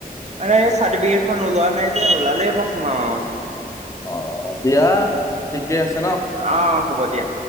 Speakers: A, on the right; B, on the left.
A: মানে এই চাৰ্টিফিকেটখন ওলোৱা নাই যে, ওলালেই মই সোমাম আৰু।
B: অ', অ', দিয়া ঠিকে আছে নহ?
A: অ হ'ব দিয়া